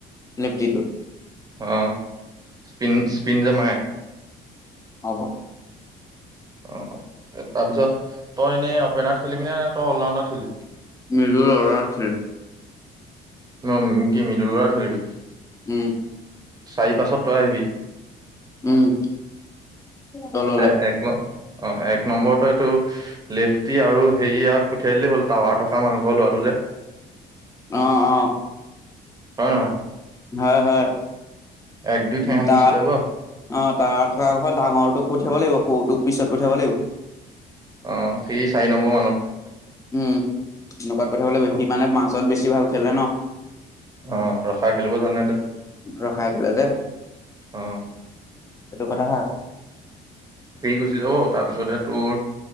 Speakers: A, on the left; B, on the right.
A: লেপটিটো।
B: অ, স্পিন-স্পিন যে মাৰে।
A: হ'ব।
B: অ তাৰপিছত, তই এনে অপেনত খেলিবি নে? তই অল ৰাউণ্ডত খেলিবি?
A: মিলুৰ অৰ্ডাৰ <unintelligible>
B: <unintelligible> খেলিবি?
A: উম।
B: চাৰি-পাঁচত তই আহিবি।
A: উম। তললে
B: এ, এক, ন, অ, এক নম্বৰতে তোৰ লেফটি আৰু হেৰি ইয়াক পঠিয়াই দিলেই হ'ল, টাৱাৰ থকা মানুহ ঘৰৰ ল'ৰাটো যে।
A: অ, অ।
B: হয় নহয়!
A: হয়, হয়।
B: এক দুই ঠেহেন
A: উম, তাত
B: গুচি যাব
A: অ, তাৰ থকা ঘৰত ডাঙৰটোক পঠিয়াব লাগিব, সৰুটোক পিছত পঠিয়াব লাগিব।
B: অ, সি চাৰি নম্বৰ মানত।
A: উম, হেনেকোৱাত পঠিয়াব লাগিব,
B: অ
A: সি মানে মাাজত বেছি ভাল খেলে ন!
B: অ ৰখাই খেলিব জানে তো।
A: ৰখাই খেলে যে।
B: অ
A: সেইটো কথা হয়।
B: ফিৰি গুচি যাব তাৰপিছতে তোৰ,